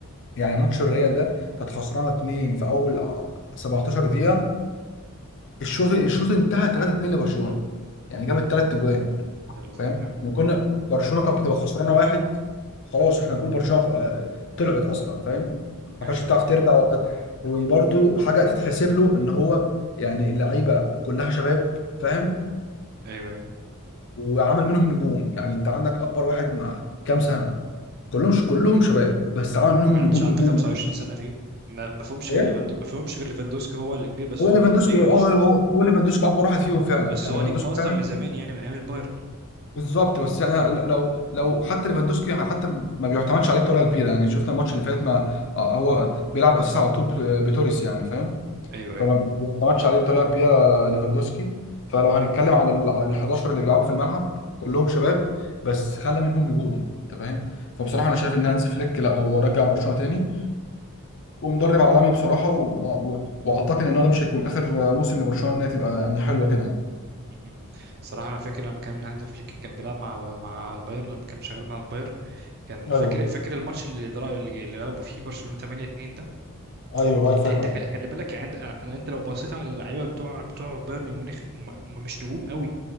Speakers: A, on the left; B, on the right.
A: يعني ماتش الريال ده كانت خسرانه 2 في اول 17 دقيقه الشوط
B: مم.
A: الشوط انتهى 3-2 لبرشلونه يعني جابت ثلاث اجوان
B: يلا
A: فاهم
B: بينا
A: احنا كنا برشلونه كانت بتبقى خسرانه واحد خلاص احنا نقول برشلونه آه، طلعت اصلا فاهم ما
B: ايوه
A: كانتش بتعرف
B: ايوه
A: ترجع وكانت وبرده حاجه تتحسب له ان هو يعني اللعيبه كلها شباب فاهم
B: ايوه ايوه
A: وعمل منهم نجوم يعني انت عندك اكبر واحد مع كام سنه كلهم كلهم شباب بس عمل
B: ما
A: منهم
B: حدش
A: نجوم
B: عدى
A: نجوم
B: 25 سنة فيه ما ما فيهمش
A: يعني
B: غير ليفاندو ما فيهمش غير ليفاندوسكي هو اللي كبير بس
A: هو
B: هو
A: ليفاندوسكي
B: نجم نجم
A: هو
B: اصلا
A: هو هو ليفاندوسكي اكبر واحد فيهم فعلا
B: بس
A: يعني
B: هو
A: ليفاندوسكي
B: نجم اصلا
A: فعلا
B: من زمان يعني من ايام البايرن
A: بالظبط بس يعني لو لو حتى ليفاندوسكي يعني حتى ما بيعتمدش عليه بطريقه كبيره يعني شفنا الماتش اللي فات ما آه، هو بيلعب اساسي على طول بت- بتوريس يعني فاهم
B: ايوه ايوه
A: فما بيعتمدش عليه بطريقه كبيره ليفاندوسكي فلو هنتكلم على ال 11 اللي بيلعبوا في الملعب كلهم شباب بس خلى منهم نجوم انت فاهم فبصراحه انا شايف ان هانز فليك لا هو رجع برشلونه تاني ومدرب عالمي بصراحه و... و... واعتقد ان هو ده مش هيكون اخر موسم لبرشلونه انها تبقى يعني حلوه كده يعني.
B: م- م. صراحة أنا فاكر لما كان هانز فليك كان بيلعب مع مع البايرن لما كان شغال مع البايرن كان
A: ايوه
B: فاكر فاكر الماتش اللي درا اللي اللي غلبوا فيه برشلونة 8-2 ده
A: ايوه ايوه
B: أنت
A: فاكره
B: أنت
A: أيوة.
B: خ- خلي بالك عند أنا أنت لو بصيت على اللعيبة بتوع بتوع بايرن ميونخ هم هم مش نجوم قوي